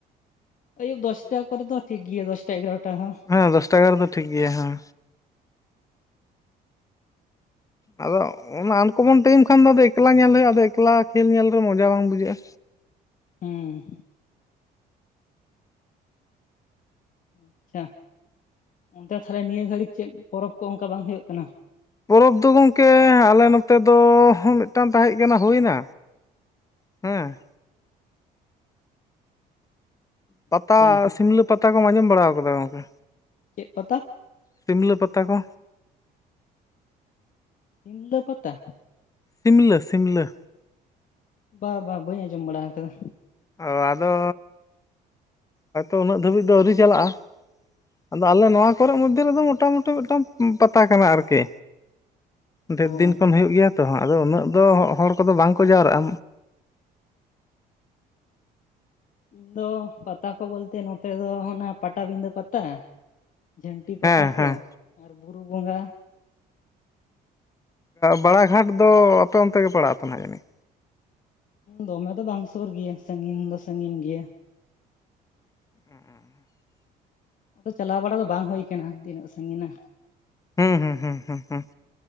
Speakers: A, on the left; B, on the left.
A: ᱟᱹᱭᱩᱵ ᱫᱚᱥᱴᱟ ᱠᱚᱨᱮ ᱫᱚ ᱴᱷᱤᱠ ᱜᱮᱭᱟ ᱫᱚᱥᱴᱟ ᱮᱜᱟᱨᱚᱴᱟ ᱦᱚᱸ᱾
B: ᱦᱮ ᱫᱚᱥ ᱴᱟ ᱮᱜᱟᱨ ᱫᱚ ᱴᱷᱤᱠ ᱜᱮᱭᱟ ᱦᱮᱸ ᱟᱫᱚ ᱚᱱᱟ ᱟᱱᱠᱚᱢᱚᱱ ᱴᱟᱭᱤᱢ ᱠᱷᱟᱱ ᱫᱚ ᱟᱫᱚ ᱮᱠᱞᱟ ᱧᱮᱞ ᱦᱩᱭᱩᱜᱼᱟ ᱟᱫᱚ ᱮᱠᱞᱟ ᱠᱷᱮᱞ ᱧᱮᱞ ᱫᱚ ᱢᱚᱡᱟ ᱵᱟᱝ ᱵᱩᱡᱷᱟᱹᱜᱼᱟ
A: ᱦᱩᱸ ᱟᱪᱪᱷᱟ ᱚᱱᱛᱮ ᱛᱟᱦᱞᱮ ᱱᱤᱭᱟᱹ ᱜᱷᱟᱹᱲᱤᱡ ᱪᱮᱫ ᱯᱚᱨᱚᱵᱽ ᱠᱚ ᱚᱱᱠᱟ ᱵᱟᱝ ᱦᱩᱭᱩᱜ ᱠᱟᱱᱟ
B: ᱯᱚᱨᱚᱵᱽ ᱫᱚ ᱜᱚᱢᱠᱮ ᱟᱞᱮ ᱱᱚᱛᱮ ᱫᱚ ᱢᱤᱫᱴᱟᱝ ᱛᱟᱦᱮᱜ ᱠᱟᱱᱟ ᱦᱩᱭᱱᱟ ᱦᱮᱸ ᱯᱟᱛᱟ
A: ᱟᱪᱪᱷᱟ
B: ᱥᱤᱞᱫᱟᱹ ᱯᱟᱛᱟ ᱠᱚᱢ ᱟᱸᱡᱚᱢ ᱵᱟᱲᱟ ᱠᱟᱫᱟ ᱜᱚᱢᱠᱮ
A: ᱪᱮᱜ ᱯᱟᱛᱟ
B: ᱥᱤᱢᱞᱟᱹ ᱯᱟᱛᱟ ᱠᱚ
A: ᱥᱤᱢᱞᱟᱹ ᱯᱟᱛᱟ
B: ᱥᱤᱢᱞᱟᱹ ᱥᱤᱢᱞᱟᱹ
A: ᱵᱟ ᱵᱟ ᱵᱟᱹᱧ ᱟᱸᱡᱚᱢ ᱵᱟᱲᱟ ᱟᱠᱟᱫᱟ
B: ᱚ ᱟᱫᱚ ᱦᱚᱭᱛᱚ ᱩᱱᱟᱹᱜ ᱫᱷᱟᱹᱵᱤᱡ ᱫᱚ ᱟᱹᱣᱨᱤ ᱪᱟᱞᱟᱜᱼᱟ ᱟᱫᱚ ᱟᱞᱮ ᱱᱚᱣᱟ ᱠᱚᱨᱮ ᱢᱚᱫᱽᱫᱷᱮ ᱨᱮᱫᱚ ᱢᱚᱴᱟᱢᱩᱴᱤ ᱢᱤᱫᱴᱟᱝ ᱯᱟᱛᱟ ᱠᱟᱱᱟ ᱟᱨᱠᱤ ᱰᱷᱮᱨ
A: ᱚ
B: ᱫᱤᱱ ᱠᱷᱚᱱ ᱦᱩᱭᱩᱜ ᱜᱮᱭᱟ ᱛᱚ ᱦᱟᱸᱜ ᱟᱫᱚ ᱩᱱᱟᱹᱜ ᱫᱚ ᱦᱚᱲ ᱠᱚᱫᱚ ᱵᱟᱝᱠᱚ ᱡᱟᱣᱨᱟᱜᱼᱟ
A: ᱤᱧ ᱫᱚ ᱯᱟᱛᱟ ᱠᱚ ᱵᱚᱞᱛᱮ ᱱᱚᱛᱮ ᱫᱚ ᱦᱟᱱᱟ ᱯᱟᱴᱟᱵᱤᱫᱟᱹ ᱯᱟᱛᱟ ᱡᱷᱟᱹᱱᱴᱤ ᱯᱟᱛᱟ
B: ᱦᱮᱸ
A: ᱠᱚ
B: ᱦᱮᱸ
A: ᱟᱨ ᱵᱩᱨᱩ ᱵᱚᱸᱜᱟ
B: ᱵᱟᱲᱟ ᱜᱷᱟᱴ ᱫᱚ ᱟᱯᱮ ᱚᱱᱛᱮ ᱜᱮ ᱯᱟᱲᱟᱜ ᱛᱚ ᱱᱟᱜ ᱡᱟᱹᱱᱤᱡ
A: ᱫᱚᱢᱮ ᱫᱚ ᱵᱟᱝ ᱥᱳᱨ ᱜᱮᱭᱟ ᱥᱟᱺᱜᱤᱧ ᱫᱚ ᱥᱟᱺᱜᱤᱧ ᱜᱮᱭᱟ
B: <unintelligible>
A: ᱟᱫᱚ ᱪᱟᱞᱟᱣ ᱵᱟᱲᱟ ᱫᱚ ᱵᱟᱝ ᱦᱳᱭ ᱠᱟᱱᱟ ᱛᱤᱱᱟᱹᱜ ᱥᱟᱺᱜᱤᱱᱟ
B: ᱦᱩᱸ ᱦᱩᱸ ᱦᱩᱸ ᱦᱩᱸ ᱦᱩᱸ